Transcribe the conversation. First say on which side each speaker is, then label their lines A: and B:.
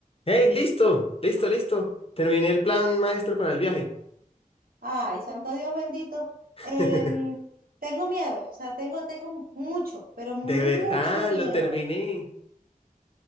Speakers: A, on the left; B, on the right.
A: Hey, listo, listo, listo. Terminé el plan maestro para el viaje.
B: Ay, santo Dios bendito.
A: <laughs>
B: Em, tengo miedo, o sea, tengo, tengo mucho, pero mucho
A: De verdad,
B: miedo.
A: lo terminé.